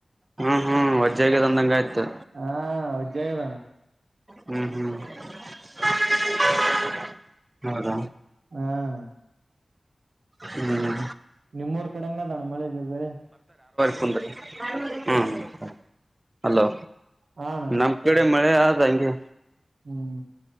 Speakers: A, on the right; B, on the right.
A: ಹ್ಮ್ ಹ್ಮ್ ವಜ್ಜೆ ಆಗ್ಯದ ಅಂದಂಗ
B: <unintelligible>
A: ಆಯ್ತು
B: ಹಾ ವಜ್ಜ್ ಆಗ್ಯದಣ <unintelligible>
A: ಹ್ಮ್ ಹ್ಮ್ <unintelligible> ಹೌದ
B: ಹ ಅಣ
A: ಹ್ಮ್
B: ನಿಮ್ಮೂರ್ ಕಡೆ ಹೆಂಗ ಅದಾ ಅಣ್ಣ ಮಳೆ ಬೆಳೆ?
A: ಬಂದ ರೀ ಹ್ಮ ಹಲೋ
B: ಹಣ
A: ನಮ್ ಕಡೆ ಮ ಯ ಆಗೆ
B: ಹ್ಮ್